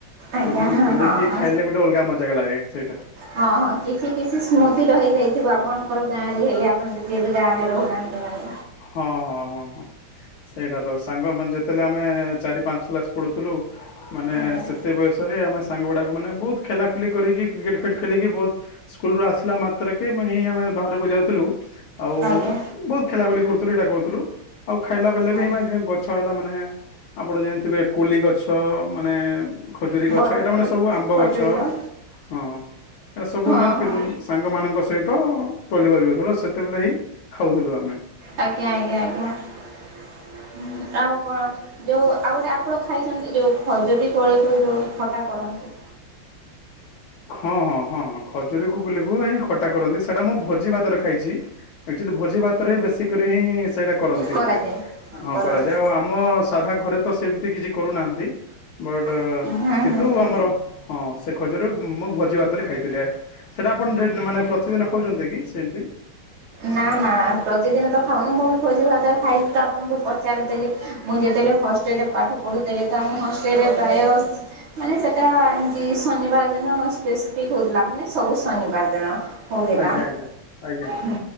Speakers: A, on the right; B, on the left.
A: ଆଜ୍ଞା
B: ତୋଲିକି
A: ହଁ ହଁ।
B: ଖାଇଲେ ଗୋଟେ ଅଲଗା ମଜାା ଲାଗେ ସେଇଟା।
A: ହଁ ହଁ କିଛି କିଛି ସ୍ମୃତି ରହିଯାଇଥିବ ଆମ। ର ଗାଁ ରେ ହେଲେ ଆପଣ ଦିଦି ବି ଗାଁ ରେ ରହୁନାହାନ୍ତି ମାନେ।
B: ହଁ ହଁ ହଁ ହଁ। ସେଇଟା ତ ସାଙ୍ଗମାନେ ଯେତେବେଳେ ଆମେ ଚାରି ପାଞ୍ଚ କ୍ଲାସ୍ ପଢ଼ୁଥିଲୁ। ମାନେ
A: ଆଜ୍ଞା
B: ସେତେ ବୟସରେ ଆମେ ସାଙ୍ଗ ଗୁଡା। ମାନେ ବହୁତ। ଖେଲା ଖୁଲି କରିକି କ୍ରିକେଟ ଫିକେଟ ଖେଲିକି ବହୁତ ସ୍କୁଲ୍ ରୁ ଆସିଲା ମାତ୍ରକ କି ହିଁ ଆମେ। ବାହାରକୁ ଯାଉଥିଲୁ ଆଉ
A: ଆଜ୍ଞା
B: ବହୁତ ଖେଲା ଖୁଲି କରୁଥିଲୁ ଏଇଟା କରୁଥିଲୁ ଆଉ ଖାଇଲା ବେଳେ
A: ହଁ
B: ବି ଏମା ଗଛ। ତା ମାନେ ଆପଣ ଜାଣିଥିବେ କୋଲି ଗଛ ମାନେ ଖଜୁରୀ ଗଛ
A: ବରକୋଳି
B: ଏଇଟା ମାନେ ସବୁ ଆମ୍ବ
A: ଖଜୁରୀ
B: ଗଛ
A: କଣ
B: ହଁ ଏଇଟା ସବୁ
A: ହଁ
B: ଆମେ
A: ହଁ
B: ସାଙ୍ଗମାନଙ୍କ ସହିତ <unintelligible> ସେତେବେଳେ ହିଁ ଖାଉଥିଲୁ ଆମେ।
A: ଆଜ୍ଞା ଆଜ୍ଞା ଆଜ୍ଞା ଆଉ କଣ ଯୋଉ ଆଉ ଗୋଟେ ଆପଣ ଖାଇଛନ୍ତି ଯେଉଁ ଖଜୁରୀ କୋଳିକୁ ଯେଉଁ ଖଟା କରନ୍ତି।
B: ହଁ ହଁ ହଁ ହଁ ଖଜୁରୀକୁ ଖଟା କରନ୍ତି ସେଇଟା ମୁଁ ଭୋଜି ଭାତରେ ଖାଇଛି ଆକଚୁଲି ଭୋଜି ଭାତରେ ବେଶୀ କରି ହିଁ ସେଇଟା କରନ୍ତି
A: କରାଯାଏ
B: ବୋଧେ ହଁ
A: କରନ୍ତି
B: କରାଯାଏ ଆଉ ଆମ ସାଧା ଘରେ ତ ସେମିତି କିଛି କରୁନାହାନ୍ତି ବଟ
A: ହୁଁ ହୁଁ
B: କିନ୍ତୁ
A: ହୁଁ।
B: ଆମର ହଁ ଖଜରୁ ମୁଁ ଭଜ ଜଉ ଆକାରେ ଖାଇଥିଲେ ସେଇଟା ଆପଣା ରେ ମାନେ କିଛିଦିନ ଖାଉଛନ୍ତି କି ସେମତି?
A: ନା ନା ପ୍ରତିଦିନ ତ ଖାଉନି ମୁଁ ବି ଭୋଜି ଭାତ ରେ ଖାଇଚି ତ ଆପଣଙ୍କୁ ପଚାରିଦେଲି ମୁଁ ଯେତେବେଳେ ହଷ୍ଟେଲରେ ପାଠ ପଢୁଥିଲି ତ ଆମ ହଷ୍ଟେଲରେ ପ୍ରାୟ ମାନେ ସେଟା ଏମିତି ଶନିବାର ଦିନ ସ୍ପେସିଫିକ ହଉଥିଲା ମାନେ ସବୁ ଶନିବାର ଦିନ। ହଉଥିଲା
B: ଆଜ୍ଞା ଆଜ୍ଞା ଆଜ୍ଞା।
A: ହୁଁ